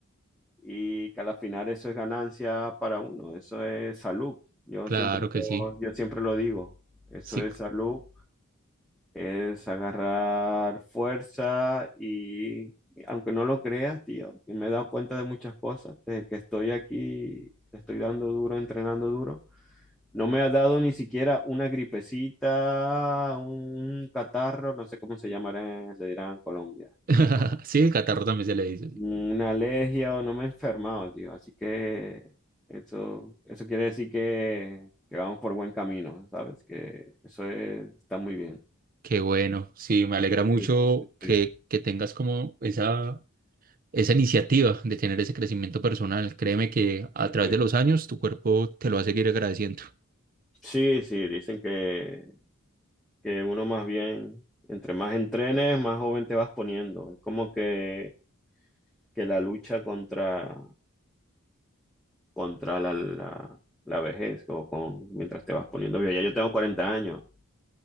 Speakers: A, in the centre; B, on the right.
A: y que al final eso es ganancia para uno, eso es salud, yo
B: claro
A: siempre, lo-
B: que sí.
A: yo siempre lo digo, eso
B: Sí,
A: es salud Es agarrar fuerza y, aunque no lo creas, tío, que me he dado cuenta de muchas cosas desde que estoy aquí, que estoy dando duro, entrenando duro. No me ha dado ni siquiera una gripecita, un catarro, no sé cómo se llamará, le dirán en Colombia,
B: <laughs>
A: en Colombia.
B: sí, el catarro también se le dice.
A: Una alergia o no me he enfermado, tío. Así que eso, eso quiere decir que, que vamos por buen camino, ¿sabes? Que eso es- está muy bien.
B: Qué bueno, sí, me alegra
A: Sí,
B: mucho
A: sí, sí, sí,
B: que,
A: sí.
B: que tengas como esa esa iniciativa de tener ese crecimiento personal. Créeme que a través
A: Sí.
B: de los años tu cuerpo te lo va a seguir agradeciendo.
A: Sí, sí, dicen que, que uno más bien, entre más entrenes, más joven te vas poniendo. Es como que, que la lucha contra, contra la, la, la vejez o con, mientras te vas poniendo viejo. Ya yo tengo 40 años,